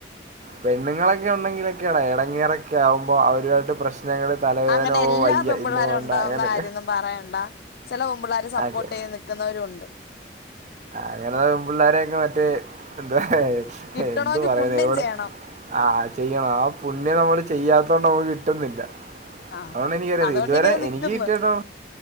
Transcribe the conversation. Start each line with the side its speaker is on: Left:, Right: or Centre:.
Right: പെണ്ണുങ്ങളക്കെ ക്കെ ഉണ്ടെങ്കിലൊക്കെയാണ്, എടങ്ങേറൊക്കെ ആവുമ്പോ, അവരുമായിട്ട് പ്രശ്നങ്ങൾ തലവേദനയോ..
Left: അങ്ങനെ എല്ലാ
Right: ! വയ്യ,
Left: പെൺപിള്ളേരും
Right: ഇന്ന് പോണ്ട.
Left: ഉണ്ടാവുന്ന
Right: അങ്ങനെ
Left: കാര്യമൊന്നും പറയണ്ട, ചില പെമ്പിള്ളേർ സപ്പോർട്ട്
Right: ചെ
Left: ചെയ്ത് നിൽക്കുന്നവരും ഉണ്ട്.
Right: അങ്ങനെള്ള പെമ്പിള്ളേരെ മറ്റേ, എന്താ
Left: കിട്ടണമെങ്കിൽ
Right: എന്തു പറയാന
Left: പുണ്യം
Right: ഇവിടെ,
Left: ചെയ്യണം
Right: ആഹ് ചെയ്യണം പുണ്യം നമ്മള് ചെയ്യാത്തോണ്ട് നമ്മക് കിട്ടുന്നില്ല.
Left: ആഹ്
Right: അതോണ്ട് എനിക്കറിയത്തില്ല.
Left: അതുകൊണ്ട്
Right: ഇതുവരെ
Left: ഇങ്ങനെ നിക്കുന്ന്
Right: എനിക്ക് കിട്ടിയിട്ടോ